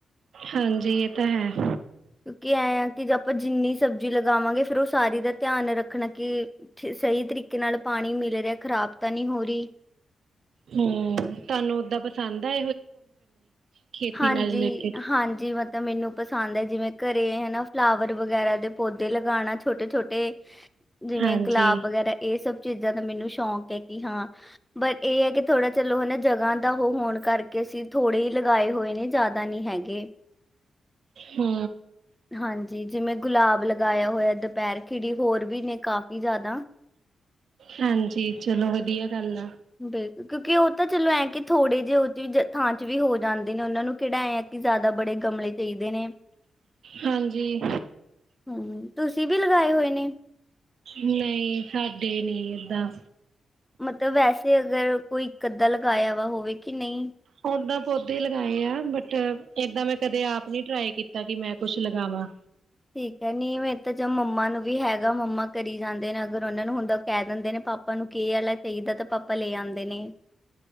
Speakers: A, on the right; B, in the centre.
A: ਹਾਂਜੀ ਇਹ ਤਾਂ ਹੈ
B: ਕਿਉਂਕਿ <unintelligible> ਜਿੰਨੀ ਸਬਜ਼ੀ ਲਗਾਵਾਂਗੇ ਫਿਰ ਉਹ ਸਾਰੀ ਦਾ ਧਿਆਨ ਰੱਖਣਾ ਕਿ ਸਹੀ ਤਰੀਕੇ ਨਾਲ ਪਾਣੀ ਮਿਲ ਰਿਹਾ ਖ਼ਰਾਬ ਤਾਂ ਨਹੀਂ ਹੋ ਰਹੀ
A: ਹਮ ਤੁਹਾਨੂੰ ਓਦਾਂ ਪਸੰਦ ਆ ਖੇਤੀ
B: ਹਾਂਜੀ
A: ਨਾਲ ਰਿਲੇਟਿਡ
B: ਹਾਂਜੀ ਮਤ ਤਾਂ ਮੈਨੂੰ ਪਸੰਦ ਹੈ ਜਿਵੇਂ ਘਰੇ ਹੈ ਨਾ ਫਲਾਵਰ ਵਗੈਰਾ ਦੇ ਪੌਦੇ ਲਗਾਉਣਾ ਛੋਟੇ ਛੋਟੇ ਜਿਵੇਂ
A: ਹਾਂਜੀ
B: ਗੁਲਾਬ ਵਗੈਰਾ ਇਹ ਸਭ ਚੀਜ਼ਾਂ ਦਾ ਮੈਨੂੰ ਸ਼ੌਕ ਹੈ ਕਿ ਹਾਂ ਬਟ ਇਹ ਹੈ ਕਿ ਥੋੜਾ ਚਲੋ ਹਨਾ ਜਗ੍ਹਾ ਦਾ ਉਹ ਹੋਣ ਕਰਕੇ ਅਸੀਂ ਥੋੜੇ ਹੀ। ਉੱਘੇ ਹੋਏ ਨੇ ਜ਼ਿਆਦਾ ਨਹੀਂ ਹੈਗੇ।
A: ਹੂੰ।
B: ਹਾਂਜੀ ਜਿਵੇਂ ਗੁਲਾਬ ਲਗਾਇਆ ਹੋਇਆ, ਦੁਪਹਿਰ ਖਿੜੀ ਹੋਰ ਵੀ ਨੇ ਕਾਫੀ ਜ਼ਿਆਦਾ।
A: ਹਾਂਜੀ ਚਲੋ ਵਧੀਆ ਗੱਲ ਆ।
B: ਵੇ। ਕਿਉਂਕਿ ਉਹ ਤਾਂ ਚਲੋ ਐਂ ਕਿ ਥੋੜੇ ਜਿਹੇ ਉਹ ਥਾਂ ਚ ਵੀ ਹੋ ਜਾਂਦੇ ਨੇ ਉਹਨਾਂ ਨੂੰ ਕਿਹੜਾ ਆ ਕਿ ਜ਼ਿਆਦਾ ਬੜੇ ਗਮਲੇ ਚਾਹੀਦੇ ਨੇ?
A: ਹਾਂਜੀ।
B: ਹੂੰ ਤੁਸੀਂ ਵੀ ਲਗਾਏ ਹੋਏ ਨੇ?
A: ਨਹੀਂ ਸਾਡੇ ਨਹੀਂ ਏਦਾਂ।
B: ਮਤਲਬ ਵੈਸੇ ਅਗਰ ਕੋਈ ਇੱਕ ਅੱਧਾ ਲਗਾਇਆ ਵਾ ਹੋਵੇ ਕਿ ਨਹੀਂ?
A: ਓਦਾਂ ਪੌਦੇ ਲਗਾਏ ਆ ਬਟ ਏਦਾਂ ਮੈਂ ਕਦੇ ਆਪ ਨੀ ਟਰਾਈ ਕੀਤਾ ਕਿ ਮੈਂ ਕੁਛ ਲਗਾਵਾਂ।
B: ਠੀਕ ਹੈ ਨੀਵੇ ਇਹ ਤਾਂ ਜਾ ਮੰਮਾ ਨੂੰ ਵੀ ਹੈਗਾ ਮੰਮਾ ਕਰੀ ਜਾਂਦੇ ਨੇ ਅਗਰ ਉਹਨਾਂ ਨੂੰ ਹੁੰਦਾ ਉਹ ਕਹਿ ਦਿੰਦੇ ਨੇ ਪਾਪਾ ਨੂੰ ਕਿ ਆ ਵਾਲਾ ਚਾਹੀਦਾ ਤੇ ਪਾਪਾ ਲੈ ਆਉਂਦੇ ਨੇ।